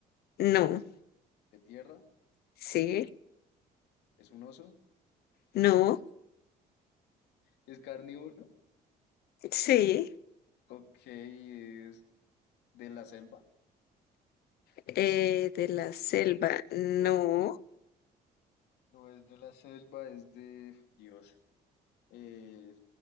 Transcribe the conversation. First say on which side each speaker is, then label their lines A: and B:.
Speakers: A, on the left; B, on the left.
A: No,
B: de tierra,
A: sí,
B: es un oso,
A: no,
B: <laughs> es carnívoro,
A: sí.
B: ok, es de la selva.
A: eh, de la selva, no,
B: No es de la selva, es de, Dios, eh,